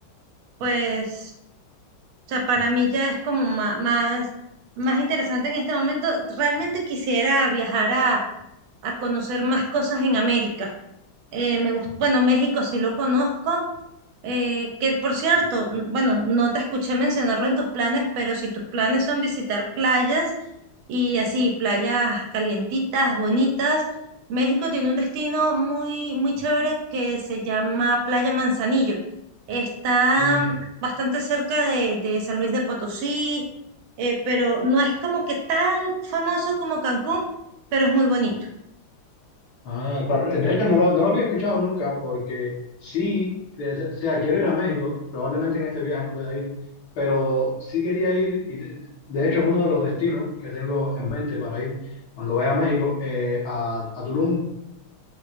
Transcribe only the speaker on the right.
pues... O sea, para mí ya es como ma- más, más, interesante en este momento. Realmente quisiera viajar a, a conocer más cosas en América. Eh, me gust- bueno, México sí lo conozco, eh, que por cierto, n- bueno, no te escuché mencionarlo en tus planes, pero si tus planes son visitar playas y así, playas calientitas, bonitas, México tiene un destino muy, muy chévere que se llama Playa Manzanillo. Está
mm, bastante cerca de, de San Luis de Potosí, eh, pero no es como que tan famoso como Cancún, pero es muy bonito.